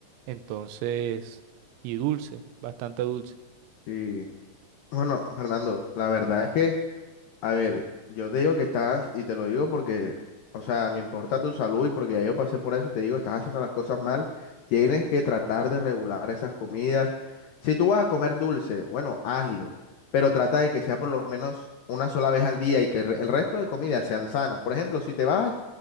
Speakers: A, on the right (about 85°); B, on the left (about 85°).
A: Entonces, y dulce, bastante dulce.
B: Sí. Bueno, Fernando, la verdad es que, a ver, yo te digo que estás, y te lo digo porque, o sea, me importa tu salud y porque ya yo pasé por eso y te digo, estás haciendo las cosas mal, tienes que tratar de regular esas comidas. Si tú vas a comer dulce, bueno, hazlo, pero trata de que sea por lo menos una sola vez al día y que el re- el resto de comidas sean sanas. Por ejemplo, si te vas,